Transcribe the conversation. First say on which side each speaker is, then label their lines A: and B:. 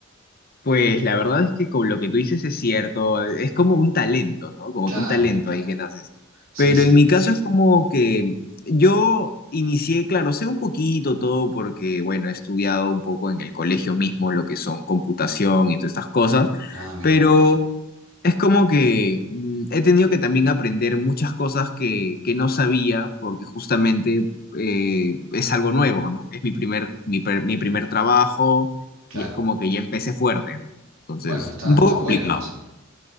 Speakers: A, on the left; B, on the right.
A: Pues la verdad es que con lo que tú dices es cierto, es como un talento, ¿no? Como
B: Claro,
A: que un talento ahí que naces.
B: sí,
A: Pero
B: sí.
A: en mi caso es como que yo inicié, claro, sé un poquito todo porque, bueno, he estudiado un poco en el colegio mismo lo que son computación y todas estas cosas, Ujú.
B: Ah, mira
A: pero
B: vos,
A: es como que mm, he tenido que también aprender muchas cosas que, que no sabía porque justamente eh, es algo nuevo, ¿no? Es mi primer, mi, per- mi primer trabajo
B: claro.
A: y es como que ya empecé fuerte, ¿no? Entonces,
B: Bueno, está,
A: un poco
B: está bueno
A: complicado.
B: eso.